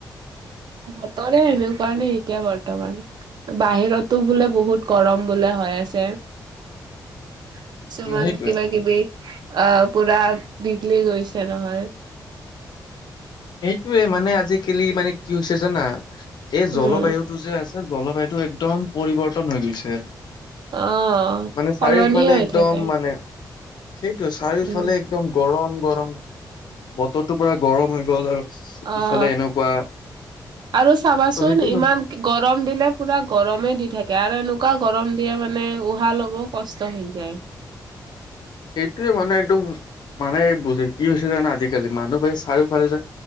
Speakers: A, on the right; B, on the left.
A: বতৰে এনেকুৱা নি এতিয়া বৰ্তমান বাহিৰতো বোলে বহুত গৰম। বোলে হৈ আছে কিছুমান
B: উম সেইটোৱে।
A: কিবা কিবি। আহ পুৰা বিঘলি গৈছে নহয়।
B: সেইটোয়ে মানে আজিকালি মানে কি হৈছে জানা এই
A: উম
B: জলবায়ুতটো যে আছে। জলবায়ুটো একদম পৰিৱৰ্তন হৈ গৈছে।
A: অ'
B: মানে
A: সলনি
B: চাৰিওফালে
A: হৈ
B: একদম
A: থাকে
B: মানে। সেইটো চাৰিওফালে
A: উম
B: একদম গৰম-গৰম, বতৰটো পুৰা গৰম হৈ গ'ল আৰু
A: অ'।
B: ইফালে এনেকুৱা।
A: আৰু চাবাচোন
B: ত' সেইটো
A: ইমান গৰম দিলে পুৰা গৰমে দি থাকে আৰু এনেকুৱা। এনেকা গৰম দিয়ে মানে উহা লবাও কষ্ট হৈ যায়।
B: সেইটোৱে মানে একদম। মানে বুজি কি হৈছে জানা আজিকালি মানুহবোৰে চাৰিওফালে যে